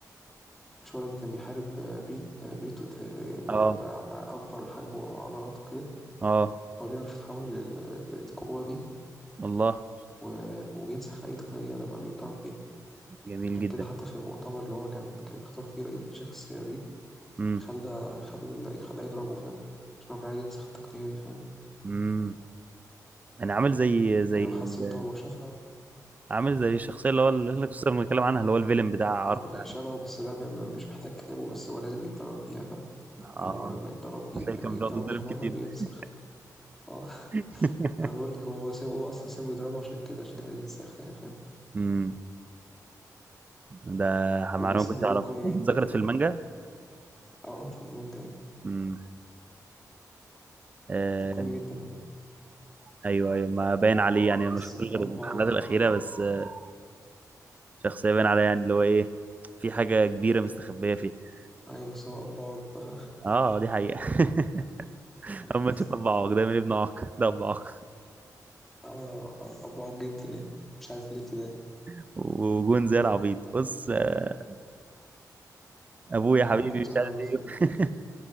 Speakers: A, in the centre; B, on the right.
A: مش هو لما كان بيحارب آه، بيت آه، بيته
B: اه
A: آه، بقى بقى أكبر حجمه وعضلاته كده
B: اه
A: هو بيعرف يتحول لل- للقوة دي
B: الله
A: و- وبينسخ أي تقنية لما بيتضرب بيها
B: جميل
A: عشان
B: جدا
A: كده حتى في المؤتمر اللي هو كان كان بيختار فيه رئيس شيخ الصيادين
B: امم
A: خلى خلى خلاه يضربه فاهم عشان هو كان عايز ينسخ التقنية دي فاهم
B: امم انا عامل زي زي
A: يعني
B: ال...
A: هو حس بالضربة وشافها
B: عامل زي الشخصية اللي هو اللي احنا كنا بنتكلم عنها اللي هو الفيلم بتاع عرق
A: اه
B: العالم
A: شبهه بس ده ما- ما- مش محتاج كتابه بس هو لازم يتدرب بيها فاهم
B: اه
A: يعني مجرد ما يتدرب بيها
B: تلاقي
A: ما
B: كان
A: ما يتدرب
B: بيقعد يتضرب
A: بيها مرة
B: كتير
A: بينسخ
B: ده
A: اه <laughs>
B: <laughs>
A: انا بقول لك هو هو سابه هو اصلا سابه يضربه عشان كده عشان كان عايز ينسخ يعني فاهم
B: امم ده معلومة
A: هو اصلا
B: ما كنتش
A: ابوه
B: اعرفها
A: قوي
B: اتذكرت
A: جدا يعني
B: في المانجا
A: اه آه، في المانجا
B: امم آه.
A: قوي جدا
B: ايوه ايوه ما باين عليه يعني
A: بس
B: ما شفتوش
A: اب
B: غير الحلقات
A: عاق
B: الأخيرة بس آه، شخصية باين عليها يعني اللي هو ايه في حاجة كبيرة مستخبية فيه
A: ايوه بس هو اب عاق ف- ف-
B: اه دي حقيقة <laughs>
A: <laughs>
B: اما
A: للاسف
B: تشوف ابو عوق ده من ابن عوق ده ابو عوق
A: اه انا ابعد جدا يعني مش عارف ليه كده يعني
B: <laughs> وجون زي العبيط بص آه، ابويا حبيبي
A: انا كنت
B: مش
A: ولا
B: عارف
A: عبيط
B: ايه
A: يعني.